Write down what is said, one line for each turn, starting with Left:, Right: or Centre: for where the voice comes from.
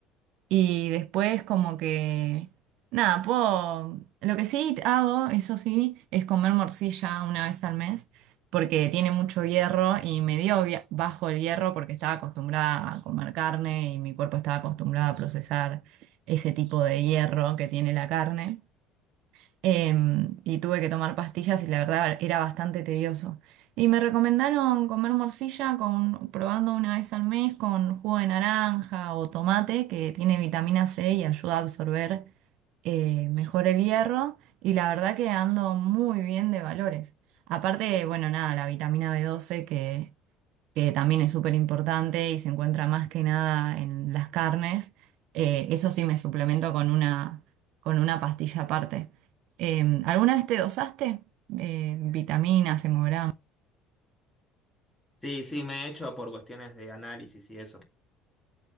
Right: y después como que, nada, puedo... Lo que sí hago, eso sí, es comer morcilla una vez al mes, porque tiene mucho hierro y me dio via- bajo el hierro porque estaba acostumbrada a comer carne y mi cuerpo estaba acostumbrado a procesar ese tipo de hierro que tiene la carne em, y tuve que tomar pastillas y la verdad era bastante tedioso. Y me recomendaron comer morcilla con, probando una vez al mes con jugo de naranja o tomate que tiene vitamina C y ayuda a absorber eh, mejor el hierro y la verdad que ando muy bien de valores. Aparte, bueno, nada, la vitamina b doce que que también es súper importante y se encuentra más que nada en las carnes, eh, eso sí me suplemento con una, con una pastilla aparte. Eh, ¿alguna vez te dosaste? Eh, vitaminas, hemogramas.
Centre: Sí, sí, me he hecho por cuestiones de análisis y eso.